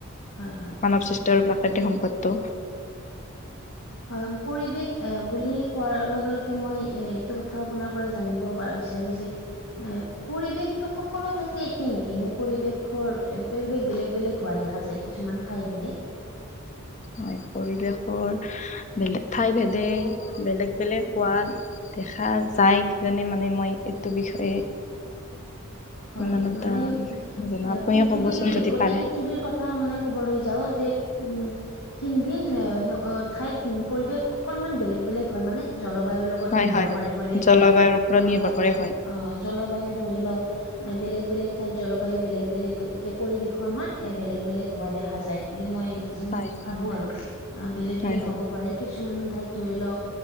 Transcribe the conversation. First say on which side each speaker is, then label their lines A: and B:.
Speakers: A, on the left; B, on the left.
A: হয় হয়।
B: মানৱ সৃষ্ট আৰু প্ৰাকৃতিক সম্পদটো
A: হয় পৰিৱেশ এ বুলি কোৱাৰ লগে লগে মই এ এইটো কথা আপোনাৰ পৰা জানিব পা বিছা ৰো যে এ পৰিৱেশটো সকলো ঠাইতে একে নেকি নে পৰিৱেশৰ এ পৰিৱেশ বেলেগ বেলেগ হোৱা দেখা যায় কিছুমান ঠাইভেদে
B: হয় পৰিৱেশৰ বেলেগ ঠাই ভেদে বেলেগ বেলেগ হোৱা দেখা যায় কিজানি মানে মই এইটো বিষয়ে
A: হয়
B: ইমান এটা
A: মানে
B: জনা
A: এ
B: আপুনিয়ে
A: পৃথিৱীৰ
B: ক'বচোন যদি
A: গোটেই
B: পাৰে
A: পৃথিৱীৰ কথা মানে ক'বলৈ যাওঁ যে উম ভিন ভিন এ ঠাইত ভিন পৰিবেশ অকনমান বেলেগ বেলেগ হয় মানে জলবায়ুৰ লগত
B: হয়
A: নিৰ্ভৰ
B: হয়
A: কৰে পৰিৱেশটো
B: জলবায়ুৰ ওপৰত
A: অ
B: নিৰ্ভৰ
A: হয়
B: কৰে
A: অ জলবায়ু ধৰিলক বেলেগ বেলেগ ঠাইত জলবায়ু বেলেগ বেলেগ গতিকে পৰিৱেশো আমাৰ এ বেলেগ বেলেগ হোৱা দেখা যায় বুলি মই উম
B: হয়
A: ভাবো আৰু আ বেলেগ
B: হয়
A: বেলেগ
B: হয়
A: হ'ব পাৰে কিছুমান ঠাইত ধৰি লওক